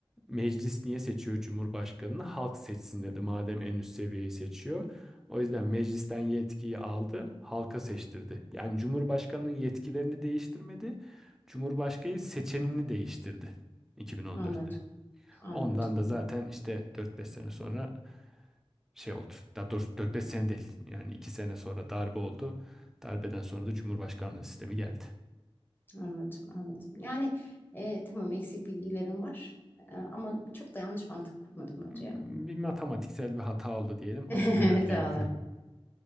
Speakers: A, in the centre; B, on the left.
A: meclis niye seçiyor cumhurbaşkanını? Halk seçsin dedi madem en üst seviyeyi seçiyor. O yüzden meclisten yetkiyi aldı, halka seçtirdi. Yani Cumhurbaşkanı'nın yetkilerini değiştirmedi, Cumhurbaşkanı seçenini değiştirdi 2014'te.
B: Anladım. Anladım.
A: Ondan da zaten işte dört beş sene sonra şey oldu. Daha doğrusu 4-5 sene değil. Yani 2 sene sonra darbe oldu. Darbeden sonra da Cumhurbaşkanlığı sistemi geldi.
B: Anladım, anladım. Yani e, tamam eksik bilgilerim var E, ama çok da yanlış mantık kurmadım bence
A: Hmm,
B: ya.
A: Bir matematiksel bir hata oldu diyelim
B: <laughs>
A: ama ben
B: Evet
A: öndeyim.
B: abi.